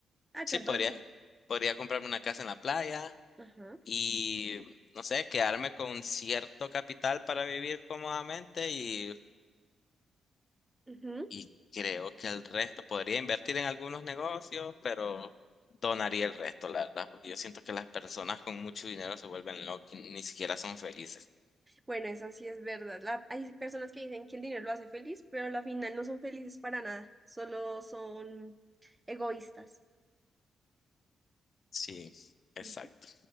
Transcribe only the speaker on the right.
ay,
perdón,
sí.
Ajá.
ujú.
Bueno, eso sí es verdad. La- hay personas que dicen que el dinero lo hace feliz, pero a la final no son felices para nada, solo son egoístas.
Ujú,